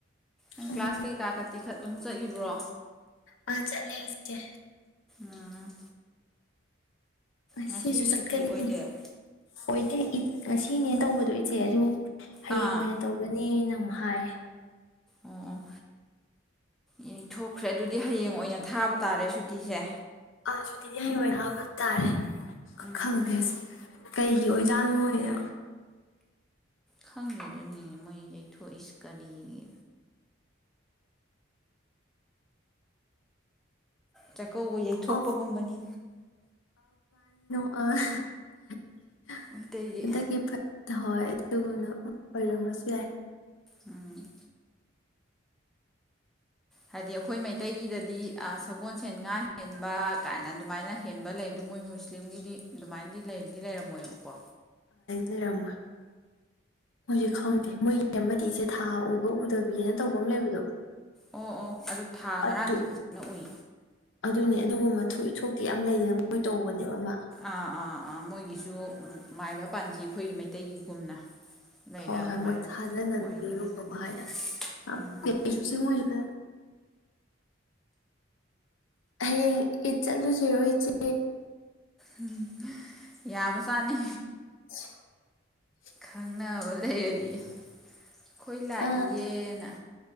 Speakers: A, in the centre; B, on the left (about 80°).
A: ꯅꯪ
B: ꯎꯝ
A: ꯀ꯭ꯂꯥꯁ ꯀꯩꯀꯥ ꯀꯥꯇꯤ ꯈ ꯑꯗꯨꯝ ꯆꯠꯂꯤꯕ꯭ꯔꯣ
B: ꯑ ꯆꯠꯂꯦ ꯏꯆꯦ
A: ꯎꯝ
B: ꯉꯁꯤꯁꯨ
A: ꯉꯁꯤ
B: ꯆꯠꯀꯅꯤꯅꯤ
A: ꯁꯨꯇꯤ ꯑꯣꯏꯗꯦ ꯑꯥ
B: ꯑꯣꯏꯗꯦ ꯏꯗ ꯉꯁꯤꯅꯦ ꯇꯧꯒꯗꯣꯏ ꯏꯆꯦ ꯑꯗꯨ ꯍꯌꯦꯡ
A: ꯑꯣ
B: ꯑꯣꯏꯅ ꯇꯧꯒꯅꯤ ꯅꯃꯨꯛ ꯍꯥꯏ
A: ꯑꯣ ꯑꯣ ꯌꯩꯊꯣꯛꯈ꯭ꯔꯦ ꯑꯗꯨꯗꯤ ꯍꯌꯦꯡ ꯑꯣꯏꯅ ꯊꯥꯕ ꯇꯥꯔꯦ ꯁꯨꯇꯤꯁꯦ
B: ꯑ ꯁꯨꯇꯤꯁꯦ ꯍꯌꯦꯡ ꯑꯣꯢꯅꯥ ꯊꯥꯕ ꯇꯥꯔꯦ ꯈꯪꯗꯦꯁꯤ
A: ꯎꯝ
B: ꯀꯩꯒꯤ ꯑꯣꯏꯖꯥꯠꯅ ꯑꯣꯏꯅ
A: ꯈꯪꯗꯦꯗꯨꯅꯤ ꯃꯣꯏ ꯌꯩꯊꯣꯛꯏꯁꯤ ꯀꯔꯤꯒꯤ ꯆꯥꯛꯀꯧꯕ ꯌꯩꯊꯣꯛꯄꯒꯨꯝꯕꯅꯤ
B: ꯑꯣ ꯑ <unintelligible>
A: ꯃꯩꯇꯩꯒꯤ
B: ꯍꯟꯗꯛꯀꯤ <unintelligible> ꯑꯗꯨꯒꯅ ꯑꯣꯏꯔꯝꯕꯁꯨ ꯌꯥꯏ
A: ꯎꯝ ꯍꯥꯏꯗꯤ ꯑꯩꯈꯣꯏ ꯃꯩꯇꯩꯒꯤꯗꯗꯤ ꯁꯒꯣꯜꯁꯦꯟ ꯉꯥ ꯍꯦꯟꯕ ꯀꯥꯏꯅ ꯑꯗꯨꯃꯥꯏꯅ ꯍꯦꯟꯕ ꯂꯩ ꯑꯗꯨ ꯃꯣꯏ ꯃꯨꯁꯂꯤꯝꯒꯤꯗꯤ ꯑꯗꯨꯃꯥꯏꯅꯗꯤ ꯂꯩꯗꯤ ꯂꯩꯔꯝꯃꯣꯏꯕꯀꯣ
B: ꯂꯩꯔꯝꯃꯣꯏ ꯃꯣꯏꯖꯦ ꯈꯪꯗꯦ ꯑꯃꯗꯤꯁꯦ ꯊꯥ ꯎ ꯎꯗꯕꯤꯅ ꯇꯧꯕ ꯑꯃ ꯂꯩꯕꯗꯣ
A: ꯑꯣ ꯑꯣ ꯑꯗꯨ ꯊꯥ
B: ꯑꯗꯨ
A: ꯉꯔꯥꯡꯗꯤ ꯐꯖꯅ ꯎꯏ
B: ꯑꯗꯨꯅꯦ ꯑꯗꯨꯒꯨꯝꯕ ꯊꯣꯛꯏ ꯊꯣꯛꯣꯛꯇꯦ ꯌꯥꯝ ꯂꯩꯗꯅ ꯃꯣꯏ ꯇꯧꯕꯅꯦꯕ ꯑꯃ
A: ꯑꯥ ꯑꯥ ꯑꯥ ꯃꯣꯏꯒꯤꯁꯨ ꯃꯥꯏꯕ ꯄꯥꯟꯖꯤ ꯑꯩꯈꯣꯏꯒꯤ ꯃꯩꯇꯩꯒꯤꯒꯨꯝꯅ ꯂꯩꯔ
B: ꯍꯣꯏ
A: ꯑꯗꯨꯃꯥꯏꯅ
B: ꯍꯣꯏ ꯃꯣꯏ ꯊꯥꯖꯅꯕꯤ
A: ꯑꯣꯏꯔꯝꯃꯅꯤ
B: ꯒꯨꯝꯕꯀꯣ
A: ꯑꯗꯨꯗꯤ
B: ꯍꯥꯏꯇꯥꯔꯦ ꯈꯪꯗꯦ
A: ꯎꯝ
B: ꯃꯣꯏꯁꯨ ꯍꯌꯦꯡ ꯏꯠ ꯆꯠꯂꯨꯁꯤꯔꯣ ꯏꯆꯦ
A: ꯎꯝ ꯌꯥꯕꯖꯥꯠꯅꯤ
B: <inaudible>
A: ꯈꯪꯅꯕ ꯂꯩꯔꯗꯤ ꯈꯣꯏ ꯂꯥꯛꯏꯌꯦꯅ
B: ꯑ